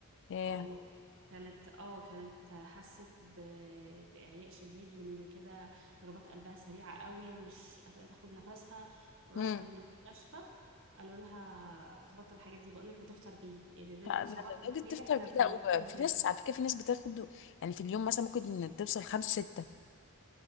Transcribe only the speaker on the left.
ياه
امم
لدرجة
تفطر
بيه
ده اوبر في
ناس
على فكرة في ناس بتاخد يعني في اليوم مثلا ممكن توصل خمسة ستة